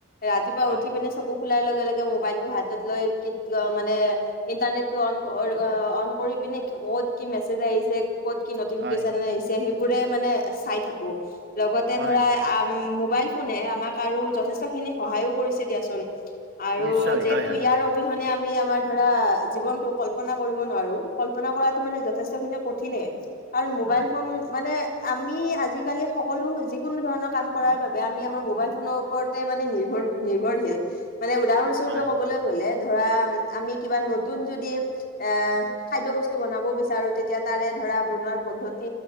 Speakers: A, on the left (about 45°); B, on the right (about 55°).
A: ৰাতিপুৱা
B: হয়
A: উঠি পিনে চকু খোলাৰ লগে লগে মোবাইলটো হাতত লৈ কিটতিয় মানে- ইন্টাৰনেটতো অন অ অন কৰিপিনে অত- কি মেছেজ আহিছে, ক'ত কি নটিফিকেশচন
B: হয়,
A: আহিছে সেইবোৰে মানে চাই থাকো। লগতে
B: হয়,
A: ধৰা আ মোবাইল ফোনে আমাক আৰু যথেষ্ট খিনি সহায়ো কৰিছে দিয়াচোন। আৰু
B: নিশ্চয়
A: যিহেতু
B: হয়, হয়,
A: ইয়াৰ অবিহনে আমি আমাৰ ধৰা জীৱনতো কল্পনা কৰিব নোৱাৰো। কল্পনা কৰাটো মানে যথেষ্ট খিনি কঠিনে। কাৰণ মোবাইল
B: হয়,
A: ফোন মানে- আমি আজিকালি সকলো যিকোনো ধৰণৰ কাম কৰাৰ বাবে আমি আমাৰ মোবাইল ফোনৰ ওপৰত- মানে নিৰ্ভৰ নিৰ্ভৰশীল মানে উদাহৰণস্বৰূপে
B: হয়,
A: ক'বলৈ গ'লে- ধৰা আমি কিবা নতুন যদি এ খাদ্য বস্তু বনাব বিছ- বিচাৰো, তেতিয়া তাৰে ধৰা বনোৱাৰ পদ্ধতি,